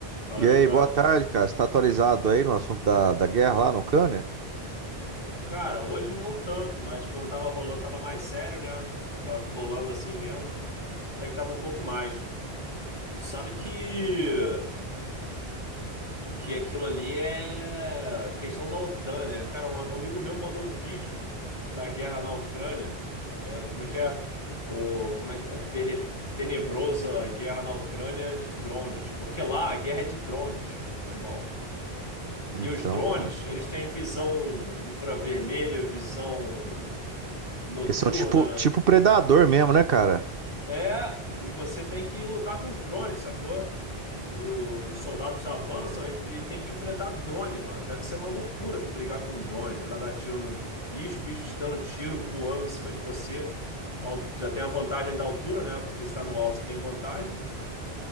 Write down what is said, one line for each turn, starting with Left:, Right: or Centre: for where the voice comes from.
Left: Fala,
Right: E
Left: meu
Right: aí,
Left: brother.
Right: boa tarde, cara. Você tá atualizado aí no assunto da, da guerra lá na Ucrânia?
Left: Cara, hoje não tanto, mas quando tava rolando, tava mais sério, né? Tava rolando assim mesmo. Até que tava um pouco mais. Tu sabe que que aquilo ali é questão da OTAN, né? Cara, um amigo meu mandou um vídeo da guerra na Ucrânia. É, como é que é? O, como é que é? Ter- Tenebrosa guerra na Ucrânia de drones. Porque lá a guerra é de drones, meu irmão.
Right: Então,
Left: E os drones,
Right: cara.
Left: eles têm visão infravermelha, visão. noturna.
Right: Eles são tipo, tipo predador mesmo, né, cara?
Left: É, e você tem que lutar com os drones, sacou? Os soldados avançam e, e tem que enfrentar drone, mano. Deve ser uma loucura tu brigar com um drone, tentar dar tiro nos bichos, bicho te dando tiro, voando em cima de você. Al- Já tem a vantagem da altura, né? Porque se tá no alto, você tem vantagem.